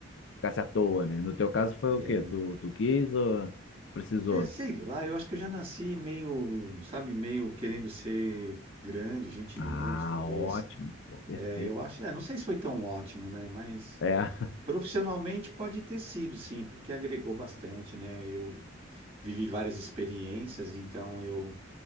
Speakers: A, on the left; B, on the right.
A: ficasse à toa, né? No teu caso foi o
B: É,
A: quê? Tu, tu quis ou precisou?
B: é, sei lá, eu acho que eu já nasci meio, sabe, meio querendo ser grande, gente
A: Ah,
B: grande, talvez.
A: ótimo, pô, perfeito.
B: É, eu acho, é, não sei se foi tão ótimo, né? Mas
A: É,
B: profissionalmente pode ter sido, sim, porque agregou bastante, né? Eu vivi várias experiências, então eu,